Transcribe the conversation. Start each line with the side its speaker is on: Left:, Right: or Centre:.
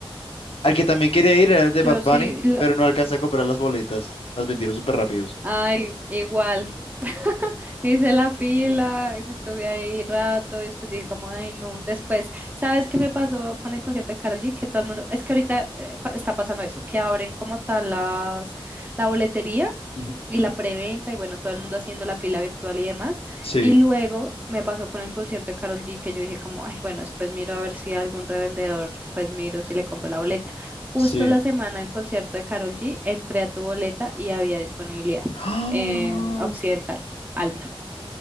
Left: Al que también quería ir era el de
Right: Yo
Left: Bad Bunny,
Right: sí,
Left: pero no alcancé a comprar las boletas, las vendieron súper rápidos.
Right: Ay, igual. <laughs> Hice la fila, y me estuve ahí rato y después dije como, ay, no. Después, ¿sabes qué me pasó con el concierto de Karol G? Que todo el mundo, es que ahorita eh, pa- está pasando eso, que abren como tal las, la boletería
Left: Ujú.
Right: y la preventa y bueno, todo el mundo haciendo la fila virtual y demás.
Left: Sí,
Right: Y luego me pasó con el concierto de Karol G que yo dije como, ay, bueno, después miro a ver si algún revendedor, pues miro si le compro la boleta. Justo
Left: sí.
Right: la semana del concierto de Karol G, entré a tu boleta y había disponibilidad
Left: ¡Ah!
Right: en Occidental, alta.